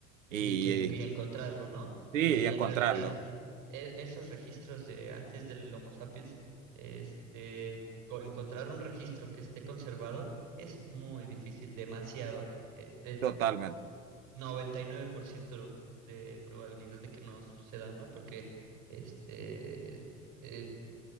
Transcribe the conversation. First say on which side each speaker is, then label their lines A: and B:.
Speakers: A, on the right; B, on the right.
A: y,
B: y que
A: eh,
B: en- y encontrarlo, ¿no?
A: sí,
B: Y
A: y encontrarlo.
B: en realidad, pues e- esos registros de antes del Homo sapiens, este, co- encontrar un registro que esté conservado es muy difícil, demasiado eh, de,
A: Totalmente.
B: 99% de probabilidad de que no suceda, ¿no? Porque, este, eh,